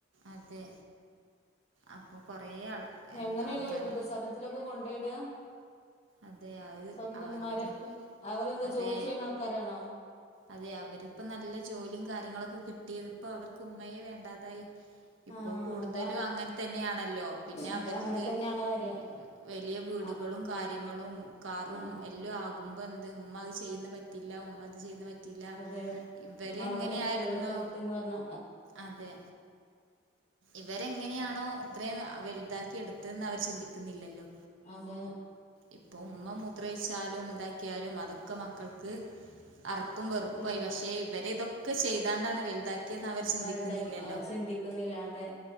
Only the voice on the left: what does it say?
എങ്ങനെലേ
വൃദ്ധസധനത്തിലൊക്കെ കൊണ്ടോയിട
സ്വന്തന്മാരൊക്കെ
അവരെന്താ
ജോലി ചെയ്യണ ആൾക്കാരാണോ
ആഹ്
അതാ
അത് അങ്ങനെ തന്നെയാണ് വരിക
ആഹ്
ആഹ്
അതെ
എന്നാ അവിടെ തൊട്ട് ഇവിടെ തൊട്ട്ന്ന് പറഞ്ഞ
അതെ
ഉം
വലുതാക്കി അത് ചിന്തിക്കുന്നില്ല അതെ